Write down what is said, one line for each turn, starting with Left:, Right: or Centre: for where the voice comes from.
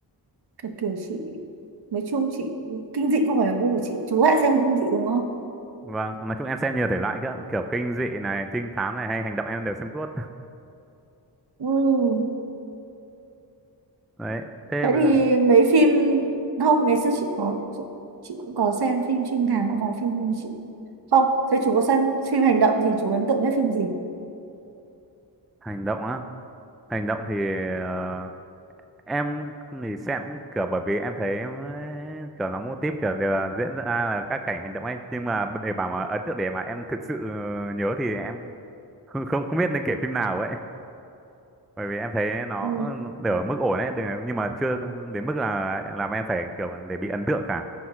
Right: kiểu, kiểu chị nói chung chị kinh dị không phải là gu của chị chú lại xem kinh dị đúng không
Centre: Vâng, nói chung em xem nhiều thể loại cơ, kiểu kinh dị này, trinh thám này hay hành động em đều xem tuốt.
Right: ừ.
Centre: đấy thế
Right: thế
Centre: bây
Right: thì
Centre: giờ-
Right: mấy phim không ngày xưa chị có chị, chị cũng có xem phim trinh thám và vài phim nhưng mà chị không thế chú có xem phim hành động thì chú ấn tượng nhất phim gì
Centre: hành động á hành động thì ờ, em thì xem cũng kiểu bởi vì em thấy ấy, kiểu nó mô típ kiểu đều là diễn ra là các cảnh hành động ấy nhưng mà để bảo mà ấn tượng để mà em thực sự nhớ thì em không không không biết nên kể phim nào ấy <laughs> bởi vì em thấy nó
Right: ừ.
Centre: đều ở mức ổn ấy đều- nhưng mà chưa đến mức là làm em phải kiểu để bị ấn tượng cả